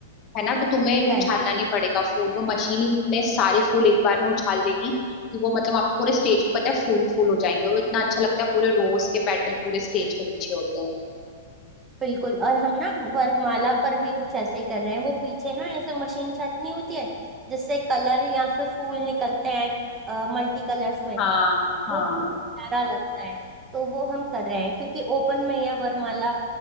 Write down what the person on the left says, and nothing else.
है ना तो तुम्हें
उछालना नहीं पड़ेगा फूल वो मशीन इतने सारे फूल एक बार में उछाल देगी कि वो मतलब आप पूरे स्टेज पे पता है फूल फूल हो जाएंगे और वो इतना अच्छा लगता है पूरे रोज के पेटल पूरे स्टेज के पीछे होते हैं
हाँ
हाँ